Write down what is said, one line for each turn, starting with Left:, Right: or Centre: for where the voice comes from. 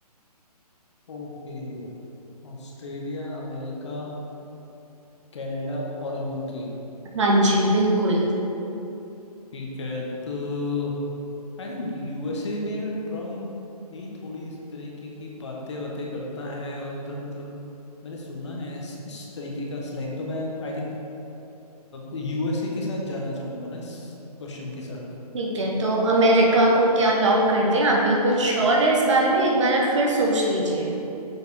Left: ओके ऑस्ट्रेलिया अमेरिका कनाडा और यूके
Right: हाँ जी बिल्कुल
Left: ठीक है तो आई थिंक यूएसए में ट्रम्प ही थोड़ी इस तरीके की बातें बातें करता है और उधर मतलब मैंने सुना है इस, इस तरीके का स्लैंग तो मैं आई थिंक यूएसए के साथ जाना चाहूंगा ना इस क्वेश्चन के साथ
Right: ठीक है तो अमेरिका को क्या लॉक कर दें आप बिल्कुल श्योर है इस बारे में एक बार आप फिर सोच लीजिए